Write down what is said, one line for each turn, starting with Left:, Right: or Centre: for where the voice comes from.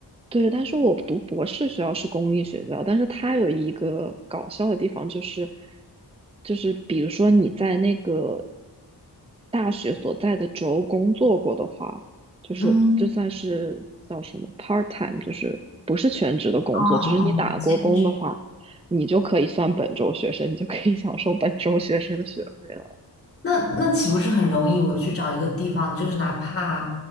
Right: 对，但是我读博士学校是公立学校，但是它有一个搞笑的地方，就是就是比如说你在那个大学所在的州工作过的话，就是就算是叫什么
Left: 嗯，
Right: part time，就是不是全职的工作，
Left: 哦哦，
Right: 只是你打过工的话，
Left: 兼职。
Right: 你就可以算本州学生，你就可以享受本州学生的学费。了。
Left: 那那岂不是很容易？我去找一个地方，就是哪怕